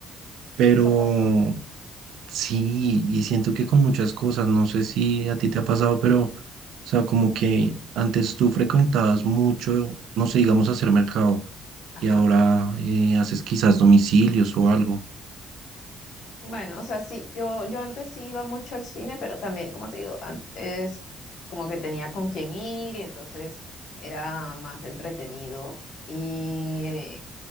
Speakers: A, on the right; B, on the left.
A: Pero
B: Eso pasó.
A: sí, y siento que con muchas cosas, no sé si a ti te ha pasado, pero, o sea, como que antes tú frecuentabas mucho, no sé, digamos, hacer mercado,
B: Ajá.
A: y ahora eh, haces quizás domicilios o algo.
B: Bueno, o sea, sí, yo, yo antes sí iba mucho al cine, pero también, como te digo, antes como que tenía con quién ir y entonces era más entretenido. Y eh,